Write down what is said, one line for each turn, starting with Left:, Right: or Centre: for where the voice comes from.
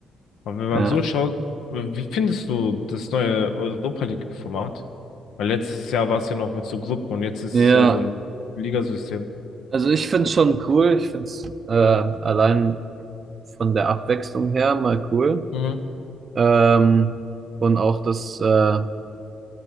Left: Aber wenn man
Right: Ja,
Left: so schaut, wie findest du das neue Europa League-Format? Weil letztes Jahr war es ja noch mit so Gruppen und jetzt ist
Right: ja.
Left: es ja so ein Ligasystem.
Right: Also ich finde es schon cool. Ich finde es äh, allein von der Abwechslung her mal cool.
Left: Mhm.
Right: Ähm, und auch, dass, äh, ja,